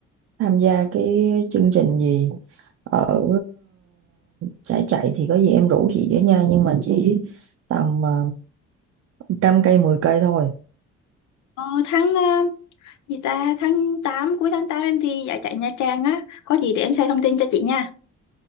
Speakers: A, on the right (about 50°); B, on the left (about 75°).
A: tham gia cái chương trình gì ở ờ, trải chạy thì có gì em rủ chị với nha nhưng mà chỉ tầm ờ, trăm cây 10 cây thôi.
B: Ờ, tháng ờ, Gì ta tháng tám cuối tháng 8 em thi giải chạy Nha Trang á, có gì để em share thông tin cho chị nha.